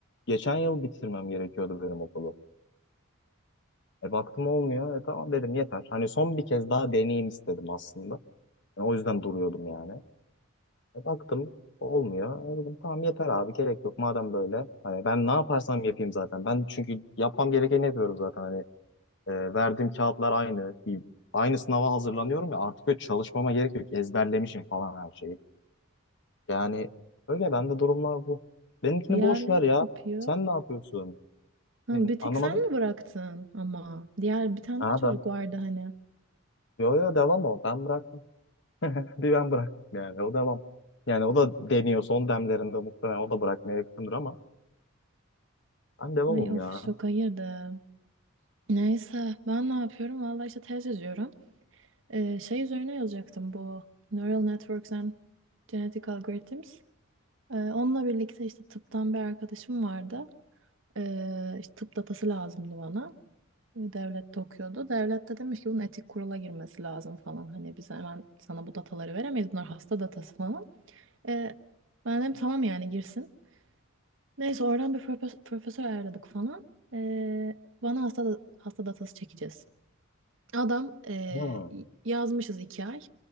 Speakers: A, on the left; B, on the right.
A: geçen yıl bitirmem gerekiyordu benim okulu. E baktım olmuyor. E tamam dedim yeter. Hani son bir kez daha deneyim istedim aslında. Yani o yüzden duruyordum yani. E, Baktım olmuyor. E, dedim tamam yeter abi gerek yok madem böyle. Hani ben ne yaparsam yapayım zaten. Ben çünkü yapmam gerekeni yapıyorum zaten. Hani e, verdiğim kağıtlar aynı. Bir- aynı sınava hazırlanıyorum ya artık böyle çalışmama gerek yok. Ezberlemişim falan her şeyi. Yani öyle bende durumlar bu. Benimkini
B: Diğerleri
A: boş ver ya.
B: ne yapıyor?
A: Sen ne yapıyorsun?
B: Ha,
A: Ben,
B: bir tek
A: anlamadım.
B: sen mi bıraktın ama? Diğer bir tane
A: Ha
B: daha çocuk
A: ben
B: vardı hani.
A: yo yo devam o. Ben bıraktım. <laughs> Bir ben bıraktım yani o devam. Yani o da deniyor son demlerinde muhtemelen o da bırakmaya yakındır ama ben devamım
B: Ay of
A: ya.
B: şoka girdim. Neyse ben ne yapıyorum? Vallahi işte tez yazıyorum. Ee, şey üzerine yazacaktım bu Neural Networks and Genetic Algorithms. Ee, onunla birlikte işte tıptan bir arkadaşım vardı. Ee, işte tıp datası lazımdı bana. Ee, Devlette okuyordu. Devlette demiş ki bunun etik kurula girmesi lazım falan. Hani biz hemen sana bu dataları veremeyiz. Bunlar hasta datası falan. Ee, ben dedim tamam yani girsin. Neyse oradan bir profes- profesör ayarladık falan. Ee, bana hasta da- hasta datası çekeceğiz. Adam eee,
A: Ha.
B: yazmışız iki ay.